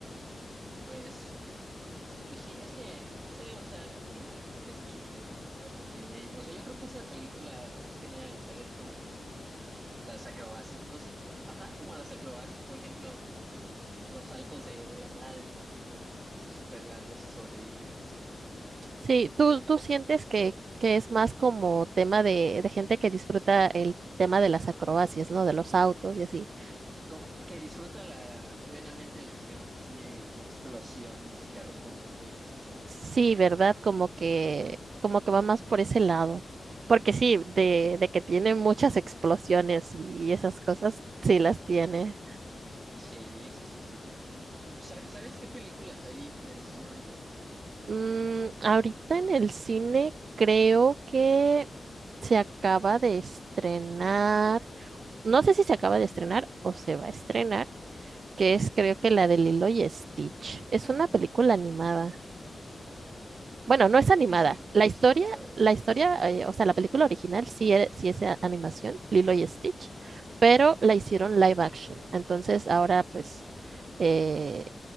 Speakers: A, on the right; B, on the right.
A: Pues, pues sí, es que, no sé, o sea, tiene, tiene su chiste, o sea, porque, o sea, yo creo que esa película, más que nada, la sabes como que las acrobacias, no sé, como, ajá, como las acrobacias, por ejemplo, los saltos de, de la nada de Toreto, sí, súper largos y sobrevives, no sé.
B: Sí, ¿tú, tú sientes que, que es más como tema de, de gente que disfruta el tema de las acrobacias, ¿no? De los autos y así.
A: Como que, que disfruta la, plenamente la acción, así de, de explosiones y carros volando y así, ¿sabes?
B: Sí, ¿verdad? Como que, como que va más por ese lado. Porque sí, de, de que tiene muchas explosiones y esas cosas, sí las tiene.
A: Sí, sí, sí, sí. Pues, ¿sa- ¿sabes qué películas hay en el cine ahorita?
B: Mm, ahorita en el cine creo que se acaba de estrenar, no sé si se acaba de estrenar o se va a estrenar, que es creo que la de Lilo y Stitch. Es una película animada. Bueno, no es
A: Creo
B: animada.
A: que sí, creo
B: La
A: que
B: historia,
A: sí he escuchado
B: la
A: de eso.
B: historia, eh, o sea, la película original sí, e- sí es a- animación, Lilo y Stitch, pero la hicieron live action. Entonces ahora pues eh,